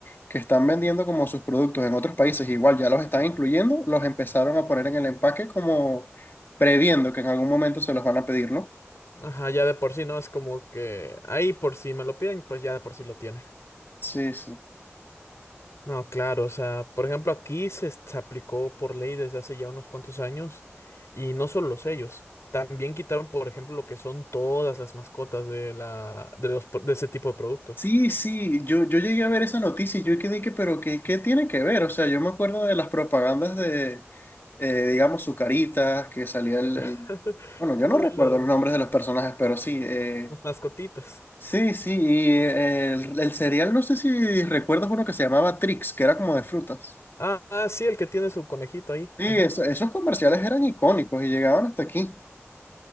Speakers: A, on the left (about 50°); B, on the left (about 70°).
A: que están vendiendo como sus productos en otros países, igual ya los están incluyendo, los empezaron a poner en el empaque como previendo que en algún momento se los van a pedir, ¿no?
B: ajá, ya de por sí no es como que ahí por si me lo piden, pues ya de por sí lo tiene.
A: Sí, sí.
B: No, claro, o sea, por ejemplo, aquí se, se aplicó por ley desde hace ya unos cuantos años y no solo los sellos, también quitaron, por ejemplo, lo que son todas las mascotas de la, de los, pro- de ese tipo de productos.
A: Sí, sí, yo, yo llegué a ver esa noticia y yo quedé que, pero ¿qué, qué tiene que ver? O sea, yo me acuerdo de las propagandas de, eh, digamos, Zucaritas, que salía el,
B: <laughs>
A: el- Bueno, yo no
B: Ay,
A: recuerdo
B: la-
A: los nombres de los personajes, pero sí. eh,
B: Las mascotitas.
A: sí, sí, y eh, el, el cereal, no sé si recuerdas uno que se llamaba Trix, que era como de frutas.
B: Ah, ah, sí, el que tiene su conejito ahí.
A: Sí,
B: Ajá.
A: eso- esos comerciales eran icónicos y llegaban hasta aquí.